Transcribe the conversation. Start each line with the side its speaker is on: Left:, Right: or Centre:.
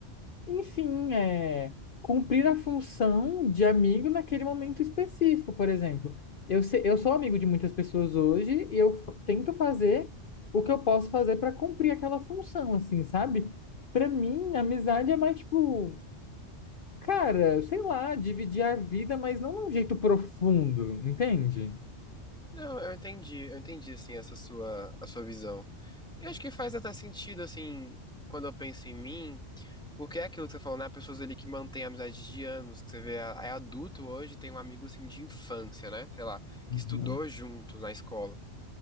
Left: enfim, é, cumprir a função de amigo naquele momento específico, por exemplo. Eu, se- eu sou amigo de muitas pessoas hoje e eu f- tento fazer o que eu posso fazer para cumprir aquela função, assim, sabe? Para mim, amizade é mais tipo, cara, sei lá, dividir a vida, mas não de um jeito profundo, entende?
Centre: Não, eu entendi, eu entendi, assim, essa sua, a sua visão. Eu acho que faz até sentido, assim, quando eu penso em mim, porque é aquilo que você falou, né? Pessoas ali que mantêm amizades de anos, que você vê, é é adulto hoje, tem um amigo, assim, de infância, né? Sei lá,
Left: Uhum.
Centre: que estudou junto na escola.